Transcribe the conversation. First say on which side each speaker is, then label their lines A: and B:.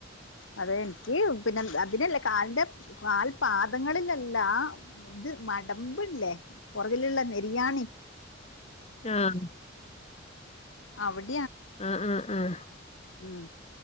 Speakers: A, on the left; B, on the left.
A: അതെ എനിക്ക് പിന്നെ അതിനല്ല കാലിന്റെ കാൽ പാദങ്ങളിലല്ല ഇത് മടമ്പില്ലേ പുറകിലുള്ള ബിരിയാണി
B: ആഹ്
A: അവിടെ
B: ആഹ് ആഹ് ആഹ്
A: ഉം